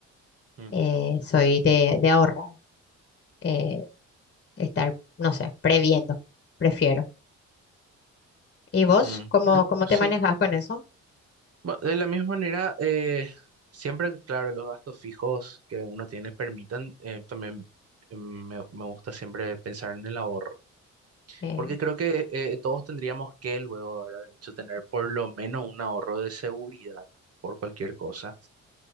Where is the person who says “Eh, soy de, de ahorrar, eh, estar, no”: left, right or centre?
Left